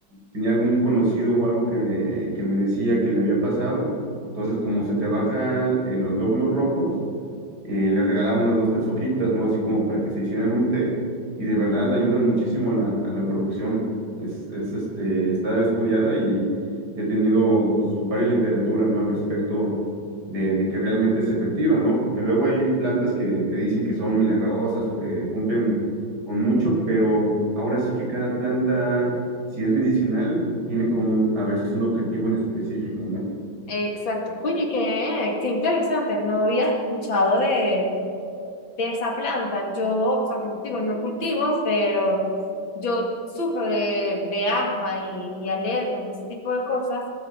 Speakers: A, on the right (about 55°); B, on the left (about 80°).
A: tenía algún conocido o algo que, que me decía que le había pasado. Entonces como se te bajan eh, los glóbulos rojos, eh, les regalaba unas dos, tres hojitas, ¿no? Así como para que se hicieran un té y de verdad ayudan muchísimo a la, a la producción. Es, es, este, está estudiada y, y he tenido pues varias literaturas, ¿no? Al respecto de, de que realmente es efectiva, ¿no? Porque luego hay plantas que te dicen que son milagrosas o que cumplen con mucho, pero ahora sí que cada planta, si es medicinal, tiene como un- a veces un objetivo en específico, ¿no?
B: exacto. Oye, qué, qué interesante, no había escuchado de de esa planta. Yo, o sea, como te digo, no cultivo, pero yo sufro de, de asma y, y alergias y ese tipo de cosas.